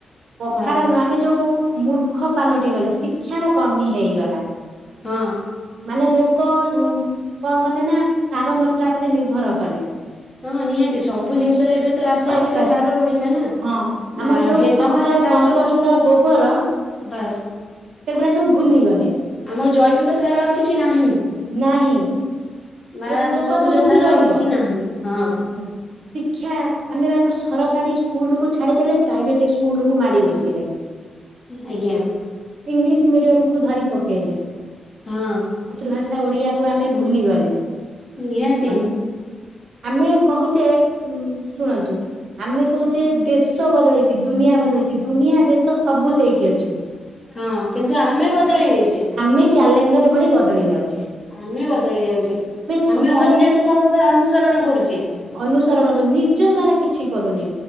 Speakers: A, on the right; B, on the left.
A: ପଖାଳ
B: ବାସ୍
A: ନୁହଁ, ଆମେ ଯୋଉ ମୂର୍ଖ ପାଲଟି ଗଲେ, ଶିକ୍ଷାର କମି ହେଇଗଲା।
B: ହଁ
A: ମାନେ ଲୋ ଲୋକ କଣ କଲେ ନା, ସାର ମସଲା ଉପରେ ନିର୍ଭର କଲେ।
B: ହଁ ନିହାତି ସବୁ ଜିନିଷରେ ଏବେ ତ ରାସାୟନିକ
A: ବାସ୍ ବାସ୍
B: ସାର ପଡିଲା ନା। ହେ,
A: ହଁ। ଆମ
B: ନ
A: ଯୋଉ ଖତ
B: ହେଲେ ଚାଷକୁ
A: କମ୍ପୋଷ୍ଟ ଗୋବର
B: ବାସ୍
A: ସେଗୁଡା ସବୁ ଭୁଲିଗଲେ।
B: ଆଉ ଜୈବିକ ସାର ଆଉ କିଛି ନାହିଁ
A: ନାହିଁ।
B: ବା
A: ଆଉ ରୋଗ
B: ସବୁଜ
A: ତମରି
B: ସାର
A: ରହିବ,
B: ଆଉ କିଛି ନାହିଁ ହଁ
A: ହୁଁ। ଶିକ୍ଷା ଆମେ <unintelligible> ସରକାରୀ ସ୍କୁଲକୁୁ ଛାଡିଦେଲେ, ପ୍ରାଇଭେଟ ସ୍କୁଲକୁ ମାଡି ବସିଲେ।
B: ଆଜ୍ଞା।
A: ଇଂଲିଶ ମିଡିୟମକୁୁ ଧରି ପକେଇଲେ।
B: ହଁ।
A: ଭାଷା ଓଡିଆକୁ ଆମେ ଭୁଲି ଗଲେ।
B: ନିହାତି।
A: ଆମ ଆମେ କହୁଛେ ଉ ଶୁଣନ୍ତୁ ଆମେ କହୁଛେ ଦେଶ ବଦଳେଇଛି, ଦୁନିଆ ବଦଳେଇଛି, ଦୁନିଆ ଦେଶ ସବୁ ସେଇଠି ଅଛି
B: ହଁ କିନ୍ତୁ ବଦଳି
A: ଆମେ,
B: ଯାଇଛେ
A: ଆମେ କ୍ୟାଲେଣ୍ଡର ଭଳି ବଦଳି ଯାଉଛେ।
B: ଆମେ ବଦଳି ଯାଉଛେ,
A: ସବୁବେଳେ
B: ଆମେ ଅନ୍ୟକୁ
A: ଖୋଜିଲେ
B: ସବୁବେଳେ ଅନୁସରଣ କରୁଛେ।
A: ଅନୁସରଣ ନିଜ ଦ୍ଵାରା କିଛି କରୁନେ,